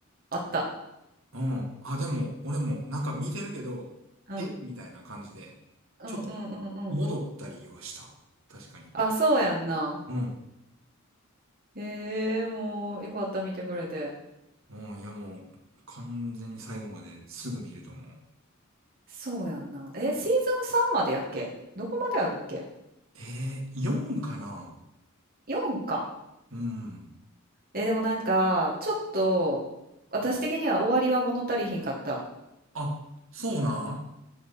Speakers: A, on the right; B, on the right.
A: あった。
B: うん。あ、でも、俺も、なんか見てるけど、
A: うん。
B: えみたいな感じで、
A: うんうんうんうん。
B: ちょっと、戻ったりはした。確かに。
A: あ、そうやんな。
B: うん。
A: ええー、もうよかった見てくれて。
B: うん、いやもう、完全に最後まですぐ見ると思う。
A: そうやんな。え、シーズン3までやっけどこまであるっけ
B: えー、4かな
A: ?4 か。
B: うん。
A: え、でもなんか、ちょっと、私的には終わりは物足りひんかった。
B: あ、そうなん